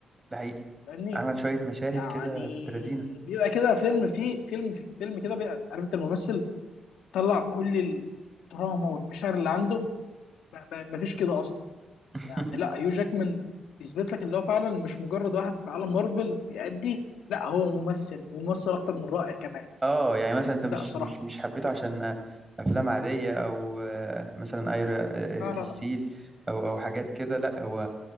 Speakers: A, on the right; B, on the left.
A: ده حقيقي
B: فاهمني
A: عمل شوية مشاهد
B: يعني
A: كده بنت لذينة
B: بيبقى كده فيلم فيه فيلم فيلم كده بيبقى عارف انت الممثل طلع كل الدراما والمشاعر اللي عنده ما ما- ما فيش كده اصلا
A: <laughs>
B: يعني لا هيو جاكمان يثبت لك اللي هو فعلا مش مجرد واحد في عالم مارفل بيأدي لا هو ممثل وممثل اكتر من رائع كمان
A: اه يعني مثلا انت مش
B: لا صراحه
A: مش مش حبيته عشان افلام عادية او آه، مثلا ايرا ريد
B: لا لا
A: ستيل او او حاجات كده لا هو